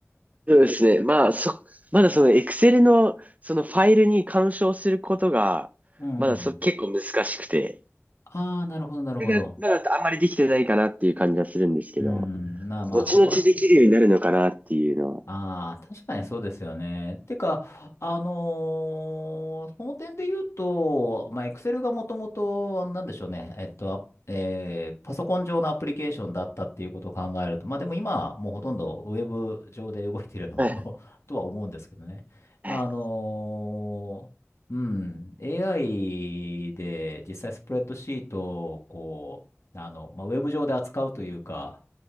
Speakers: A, on the right; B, on the left.
A: そうですね。まあ、そ、まだその Excel のそのファイルに干渉することが、
B: うんうんうん。
A: まだそ、結構難しくて、
B: ああ、なるほど、なるほど。
A: それがまだあんまりできてないかなっていう感じはするんですけど、
B: うん、なあまあ、
A: 後々できるようになるのかなっていうのは。
B: そこらへんああ、確かにそうですよね。てか、あのーその点で言うと、まあ、Excel がもともと、あのなんでしょうね、えっと、あえーパソコン上のアプリケーションだったっていうことを考えると、まあでも今、もうほとんどウェブ上で動いているようなもの
A: はい。
B: <laughs> とは思うんですけどね。
A: はい
B: まあ、あのーうん、AI で実際スプレッドシートを、こう、あの、まあ、ウェブ上で扱うというか、